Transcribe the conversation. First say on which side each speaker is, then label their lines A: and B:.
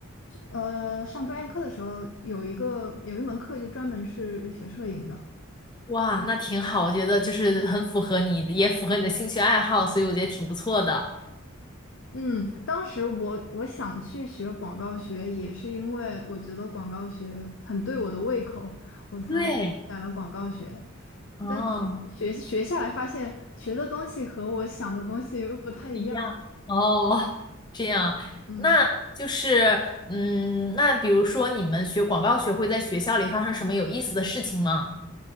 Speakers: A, on the left; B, on the left.
A: 呃上专业课的时候，有一个有一门课就专门是学摄影的，
B: 哇，那挺好，我觉得就是很符合你，也符合你的兴趣爱好，所以我觉得挺不错的。
A: 嗯，当时我我想去学广告学，也是因为我觉得广告学很对我的胃口，我才选了广告学。
B: 对，哦，
A: 但学学学下来，发现学的东西和我想的东西又不太一样。
B: 一样，哦，这样，
A: 嗯
B: 那就是，嗯，那比如说你们学广告学会在学校里发生什么有意思的事情吗？